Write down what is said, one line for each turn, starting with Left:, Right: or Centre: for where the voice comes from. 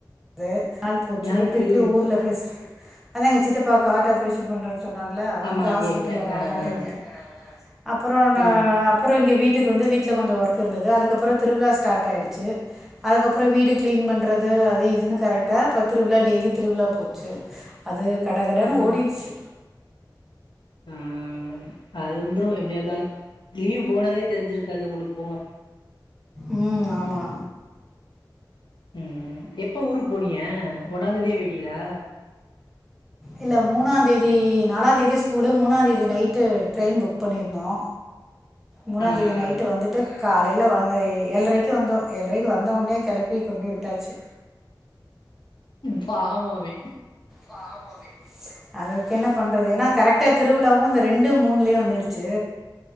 Centre: து நாள் போச்சு
Left: யாருக்கு
Centre: திருப்பியு ஊர்ல ஃபெஸ்ட் அதா எங்க சித்தப்பாவ்க்கு ஆட் ஆப்ரேஷன் பண்றாங் சொன்னாங்களா
Left: ஆமா
Centre: அங்க
Left: இங்க
Centre: ஹாஸ்பிட்டல்ல
Left: இங்க
Centre: நால்
Left: ஆ
Centre: நாள்
Left: ஆ
Centre: இருந்தே அப்புறம் நா
Left: ஆ
Centre: அப்புறம் இங்க வீட் சித்திக்கு வந்து வீட்ல கொஞ்சம் ஒர்க் இருந்துது அதுக்கப்புறம் திருவிழா ஸ்டார்ட் ஆயிடுச்சு அதுக்கப்புற வீடு கிளீன் பண்றது அது இதுன்னு கரெக்டா பத்துருவுல டெய்லி திருவிழா போச்சு அது கடகடன்னு
Left: ம்
Centre: ஓடிடுச்சு.
Left: ஆ அது வத்ரு எப்டியாருந்தாலு லீவ் போனதே தெரிஞ்சிருக்காது உங்களுக்கு போங்க
Centre: ம் ஆமா
Left: ம் எப்ப ஊருக் போனீயே ஒண்ணா தேதியே போய்டியலா
Centre: இல்ல மூணாந்தேதி நாலாந்தேதியே ஸ்கூலு மூணாந்தேதி நைட்டு ட்ரெயின் புக் பண்ணிருந்தோ மூணா
Left: ஆ
Centre: தேதி
Left: ஆ
Centre: நைட்டு வந்துட்டு காலையில வாங்க எ ஏழ்றைக்கு வந்தோ ஏழ்றைக்கு வந்தவோனே கெளப்பி கொண்டு போய் விட்டாச்சி
Left: பாவோ அவே
Centre: பாவோ அவே அதுக் என்ன பண் பண்றது ஏனா கரெக்டா திருவிழாவு அந்த ரெண்டு மூண்லயு வந்துடுச்சி